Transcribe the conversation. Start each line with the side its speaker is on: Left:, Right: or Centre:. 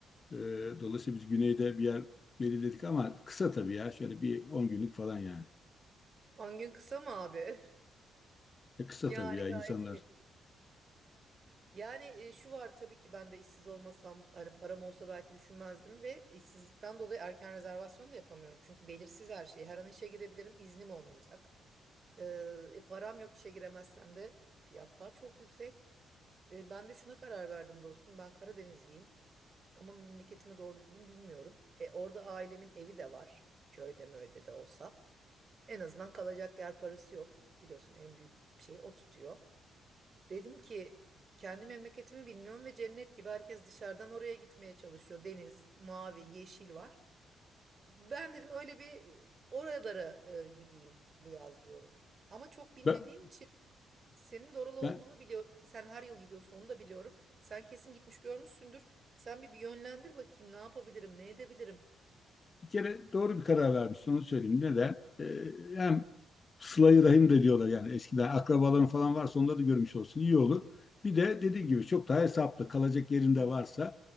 Left: Ee, dolayısıyla biz güneyde bir yer belirledik ama kısa tabii ya. Şöyle bir 10 günlük falan yani.
Right: On gün kısa mı abi? <laughs>
Left: E, kısa
Right: Yani
Left: tabii ya
Right: gayet
Left: insanlar.
Right: iyi. Yani e, şu var tabii ki ben de işsiz olmasam hani param olsa belki düşünmezdim ve işsizlikten dolayı erken rezervasyon da yapamıyorum. Çünkü belirsiz her şey. Her an işe girebilirim, iznim olmayacak. Ee, e, param yok işe giremezsem de fiyatlar çok yüksek. E, ben de şuna karar verdim dostum. Ben Karadenizliyim ama memleketimi doğru düzgün bilmiyorum. E, orada ailemin evi de var. Köyde mi öde de olsa. En azından kalacak yer parası yok. Biliyorsun en büyük şey o tutuyor. Dedim ki kendi memleketimi bilmiyorum ve cennet gibi herkes dışarıdan oraya gitmeye çalışıyor. Deniz, mavi, yeşil var. Ben dedim öyle bir e, oralara e, gideyim bu yaz diyorum. Ama çok bilmediğim
Left: Ben,
Right: için senin de oralı olduğunu
Left: ben
Right: biliyorum ki sen her yıl gidiyorsun onu da biliyorum. Sen kesin gitmiş görmüşsündür. Sen bir, bir yönlendir bakayım ne yapabilirim, ne edebilirim.
Left: bir kere doğru bir karar vermiştim Onu söyleyeyim. Neden? Ee, hem Sıla-i Rahim de diyorlar yani eskiden akrabaların falan varsa onları da görmüş olsun iyi olur. Bir de dediğim gibi çok daha hesaplı kalacak yerinde varsa